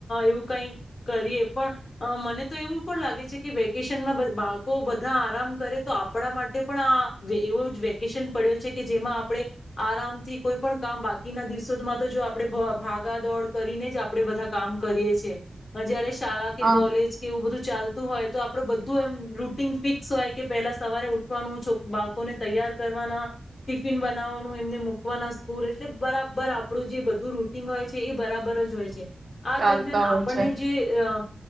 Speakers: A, on the left; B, on the right.
A: એવું કંઈ કરીએ પણ, મને તો એવું પણ લાગે છે કે વેકેશનમાં બ બાળકો બધા આરામ કરે તો આપણા માટે પણ આ એવો જ વેકેશન પડ્યો છે કે જેમાં આપણે, આરામથી કોઈ પણ કામ બાકીના દિવસોમાં તો જો આપણે ભાગાદોડ કરીને જ આપણે બધા કામ કરીએ છે. જયારે શાળા કે
B: હા
A: કોલેજ કે એવું બધું ચાલ તું હોય તો આપણું બધું એમ રૂટન ફિક્સ હોય કે પેલા સવારે ઉઠવાનું, છો બાળકોને તૈયાર કરવાના, ટિફિન બનાવવાનું, એમને મૂકવાના સ્કૂલ એટલે બરાબર આપણું જે બધું રૂટિન હોય છે એ બરાબર જ હોય છે. આ દરમિયાન
B: ચાલતા
A: આપણને
B: હોય છે
A: ત